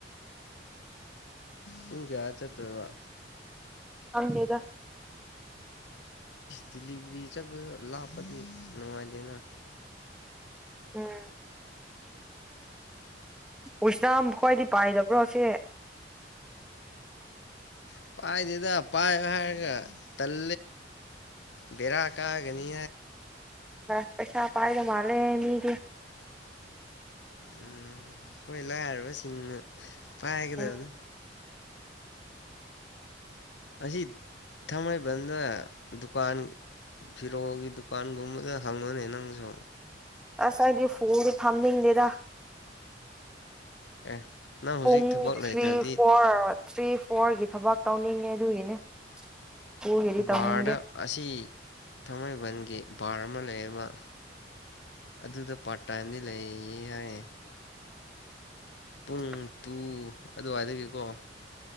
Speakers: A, on the left; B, in the centre.
A: ꯄꯨꯡ ꯀꯌꯥ ꯆꯠꯇꯦꯕ
B: ꯑꯅꯦꯗ
A: ꯗꯦꯂꯤꯚꯔꯤ ꯆꯕ ꯂꯥꯛꯞꯄꯗꯤ ꯅꯨꯡꯉꯥꯏꯗꯅ
B: ꯎꯝ ꯎꯁꯅꯥꯝ ꯈ꯭ꯋꯥꯏꯗꯤ ꯄꯥꯏꯗꯕ꯭ꯔꯣꯁꯦ
A: ꯎ ꯄꯥꯏ ꯗꯦꯗ ꯎꯄꯥꯥꯏ ꯍꯥꯏꯔꯒ ꯇꯜ ꯕꯔꯑ ꯀꯥꯒꯅꯤ
B: ꯐꯁ ꯄꯁꯥ ꯄꯥꯏꯗ ꯃꯥꯂꯦ ꯃꯤꯗꯤ
A: ꯎꯝ ꯀꯣꯏ ꯂ ꯍꯥꯏꯔꯔꯕ ꯁꯤꯁꯤꯡꯉ ꯄꯥ ꯍꯥꯏꯒꯗꯕꯅꯤ
B: ꯎꯝ
A: ꯑꯁꯤ ꯊꯥꯡꯃꯩꯕꯟꯗ ꯗꯨꯀꯥꯟ ꯐꯤꯔꯣꯒꯤ ꯗꯨꯀꯥꯟꯒꯨꯝꯕꯗ ꯍꯪꯉꯨꯅꯦ ꯅꯪꯁꯨ
B: ꯑꯁ ꯑꯩꯗꯤ ꯐꯨꯗꯤ ꯐꯝꯅꯤꯡꯗꯦꯗ
A: ꯑꯦ ꯅꯪ ꯍꯧꯖꯤꯛ
B: ꯇꯨꯡ
A: ꯊꯕꯛ ꯂꯩꯇ꯭ꯔꯗꯤ
B: ꯊ꯭ꯔꯤ ꯐꯣꯔ ꯊ꯭ꯔꯤ ꯐꯣꯔꯒꯤ ꯊꯕꯛ ꯇꯧꯅꯤꯡꯉ ꯑꯗꯨꯒꯤꯅꯦ ꯄꯨꯒꯦꯗꯤ ꯇꯧꯅꯤꯡꯗꯦ
A: ꯕꯥꯔꯗ ꯑꯁꯤ ꯊꯥꯡꯃꯩꯕꯟꯒꯤ ꯄꯔꯃ ꯂꯩꯕ ꯑꯗꯨꯗ ꯄꯥꯔꯠ ꯇꯥꯏꯝꯗꯤ ꯂꯩ ꯑꯦ ꯌꯥꯌꯦ ꯎꯝ
B: ꯎꯝ
A: ꯇꯨ ꯑꯗꯨꯋꯥꯏꯗꯒꯤꯀꯣ